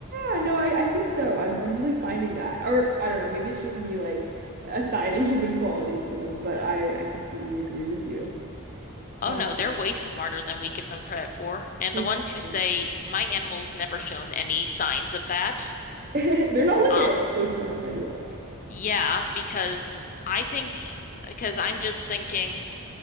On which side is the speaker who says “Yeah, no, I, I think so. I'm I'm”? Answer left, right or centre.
Right